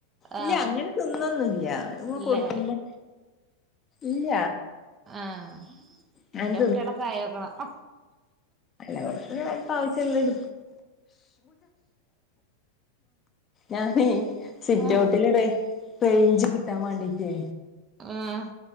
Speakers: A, on the left; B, on the right.
A: ഇല്ല
B: ആഹ്
A: അങ്ങനെ തിന്നൊന്നുംല്ല
B: ഇല്ലേ
A: കൊടുക്കുമ്പോ ഇല്ല
B: ആഎന്റെ
A: അങ്ങനെ
B: കുട്ടികളൊക്കെ ആയേക്കണ് പ
A: അവർക്ക് ആവശ്യള്ളത് ഞാനെ സിറ്റ്
B: ആഹ്
A: ഔട്ടിൽ ഇറെ റെയ്ഞ്ച് കിട്ടാ വേണ്ടിട്ടേ
B: ആഹ്